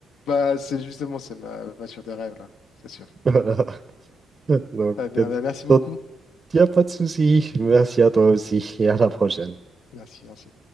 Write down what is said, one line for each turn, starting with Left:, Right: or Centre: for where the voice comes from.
Left: Bah, c'est justement, c'est ma voiture des rêves, là, c'est sûr.
Right: <laughs> Voilà. Donc,
Left: Ah bien,
Right: euh,
Left: bah, merci beaucoup.
Right: donc, il n'y a pas de souci. Merci à toi aussi et à la prochaine.
Left: Merci, merci.